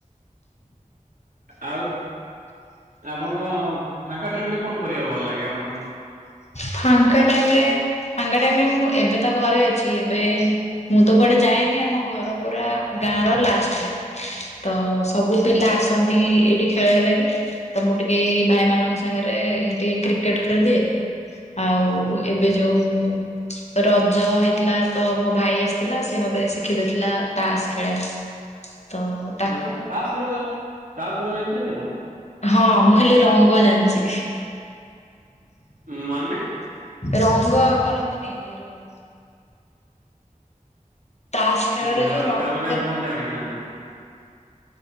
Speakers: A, on the right (about 80°); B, on the left (about 50°).
A: ଆଉ ଆପଣ ଫାଙ୍କା ଟାଇମ୍ରେ କଣ କରିବାକୁ ଭଲ ଲାଗେ ଆପଣଙ୍କୁ?
B: ଫାଙ୍କା ଟାଇମ୍ ରେ ଫାଙ୍କା ଟାଇମ୍ ରେ ମୁଁ ଏବେ ତ ଘରେ ଅଛି ଏବେ ମୁଁ ତ କୁଆଡ଼େ ଯାଏନି ଆମ ଘର ପୁରା ଗାଁ ର ଲାଷ୍ଟରେ। ତ ସବୁ ପିଲା ଆସନ୍ତି ଏଇଠି ଖେଳିବା ଲାଗି ତ ମୁଁ ଟିକେ ଏଇ ଭାଇମାନଙ୍କ ସାଙ୍ଗରେ ଟିକେ କ୍ରିକେଟ୍ ଖେଳିଦିଏ ଆଉ ଏବେ ଯୋଉ ରଜ ହେଇଥିଲା ତ ମୋ ଭାଇ ଆସିଥିଲା ସେ ମତେ ଶିଖି ଦେଇଥିଲା ତାସ୍ ଖେଳିଆ। ତ
A: ଆଚ୍ଛା ତାସ ଖେଳ-ତାସ ଖେଳ ଜାଣିଚନ୍ତି ଆପଣ?
B: ହଁ ମୁଁ ଖାଲି ରଙ୍ଗ ଜାଣିଛି
A: ମାନେ?
B: ରଙ୍ଗ କରନ୍ତିନି ଯୋଉ ତାସ୍ ଖେଳରେ
A: ନା
B: ଯୋଉ ରଙ୍ଗ
A: ତାମାନେ
B: କରି
A: ଆପଣ ଜାଣିନାହାଁନ୍ତି।